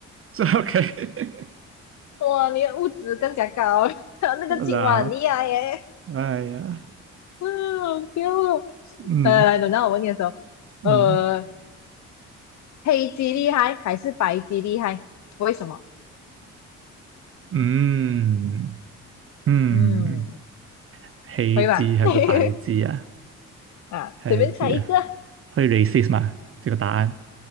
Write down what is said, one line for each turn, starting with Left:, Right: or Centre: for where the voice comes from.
Right: 这 OK
Left: 哇，你的物质更加高，<laughs> 还有那个青蛙很厉害耶，
Right: <laughs>。我操！哎呀，
Left: 嗯，好笑哦
Right: <laughs> 嗯
Left: 呃，来，等到我问你的时候，
Right: 嗯，
Left: 呃，黑鸡厉害还是白鸡厉害？为什么？
Right: 嗯嗯，
Left: 嗯，
Right: 黑鸡还是白鸡啊？
Left: 会吧？<laughs> 啊，
Right: 黑鸡啊，
Left: 随便猜一个啊
Right: 会 racist 吗？这个答案